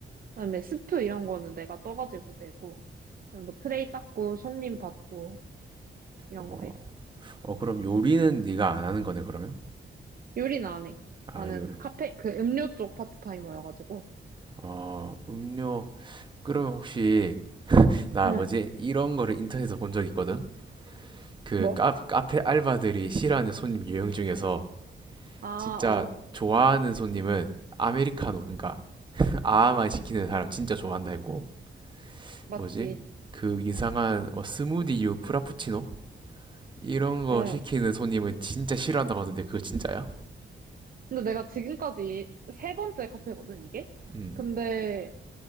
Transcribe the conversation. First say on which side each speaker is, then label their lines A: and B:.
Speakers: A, on the right; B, on the right.
A: 그다음에 스프 이런 거는 내가 떠가지고 내고, 그다음에 뭐 트레이 닦고, 손님 받고, 이런
B: 어,
A: 거 해.
B: 어 그럼 요리는 네가 안 하는 거네 그러면?
A: 요리는 안 해.
B: 아,
A: 나는
B: 요리.
A: 카페, 그 음료 쪽 파트타이머여가지고.
B: 어, 음료. 그러면 혹시 나
A: 응,
B: 뭐지? 이런 거를 인터넷에서 본 적 있거든? 그
A: 뭐?
B: 카, 카페 알바들이 싫어하는 손님 유형 중에서
A: 아,
B: 진짜
A: 어,
B: 좋아하는 손님은 아메리카노 그러니까 <laughs> 아만 아 시키는 사람 진짜 좋아한다 했고
A: 맞지.
B: 뭐지 그 이상한 뭐 스무디유 프라푸치노 이런 거
A: 어.
B: 시키는 손님은 진짜 싫어한다고 하던데 그거 진짜야?
A: 근데 내가 지금까지 세 번째 카페거든, 이게?
B: 음.
A: 근데